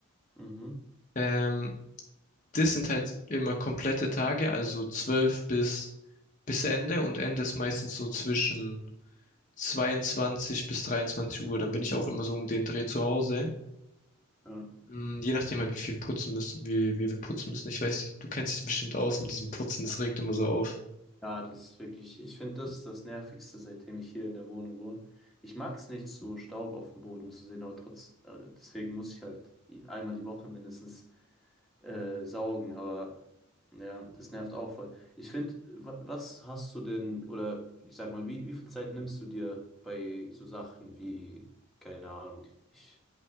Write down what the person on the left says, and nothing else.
Ähm, das sind halt immer komplette Tage, also 12 bis bis Ende und Ende ist meistens so zwischen 22 bis 23 Uhr. Dann bin ich auch immer so um den Dreh zu Hause.
Mm, Je nachdem halt, wie viel putzen müssen, wie, wie wir putzen müssen. Ich weiß, du kennst dich bestimmt aus mit diesem Putzen, das regt immer so auf.